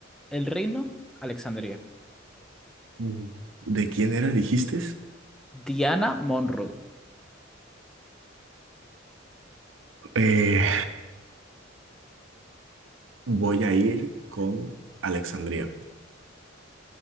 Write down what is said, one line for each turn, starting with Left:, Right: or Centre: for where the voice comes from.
Centre: El Reino, Alexandria.
Right: Mm. ¿De quién era, dijiste?
Centre: Diana Monroe.
Right: Eh, voy a ir con Alexandria.